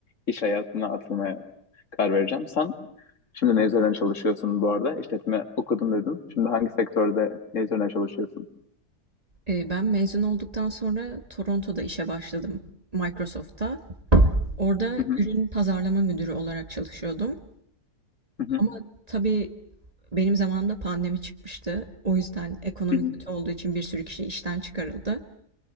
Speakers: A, on the left (about 50°); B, on the right (about 25°).
A: iş hayatına atılmaya karar vereceğim. Sen Şimdi ne üzerine çalışıyorsun bu arada? İşletme okudum dedim. Şimdi hangi sektörde ne üzerine çalışıyorsun?
B: E, ben mezun olduktan sonra Toronto'da işe başladım. Microsoft'ta. Orada
A: Hı hı,
B: ürün pazarlama müdürü olarak çalışıyordum
A: hı hı,
B: ama tabii benim zamanımda pandemi çıkmıştı. O yüzden ekonomi
A: hı hı,
B: kötü olduğu için bir sürü kişi işten çıkarıldı.